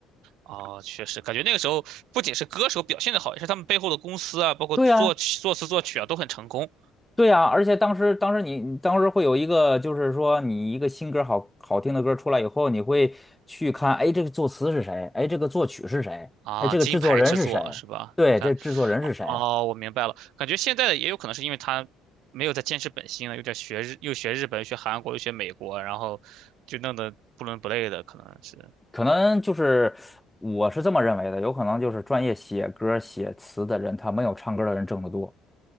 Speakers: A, on the right; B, in the centre.
A: 哦，确实感觉那个时候不仅是歌手表现的好，也是他们背后的公司啊，包括作曲、
B: 对呀，
A: 作词、作曲啊，都很成功。
B: 对呀，而且当时，当时你你当时会有一个，就是说你一个新歌好好听的歌出来以后，你会去看，哎，这个作词是谁？哎，这个作曲是谁？
A: 啊，
B: 哎，这个制作人是谁？
A: 金牌制作是吧？
B: 对，
A: 你看，
B: 这制作人是谁？
A: 哦，我明白了。感觉现在的也有可能是因为他没有在坚持本心了，有点学日，又学日本，又学韩国，又学美国，然后就弄得不伦不类的，可能是。
B: 可能就是我是这么认为的，有可能就是专业写歌写词的人，他没有唱歌的人挣得多。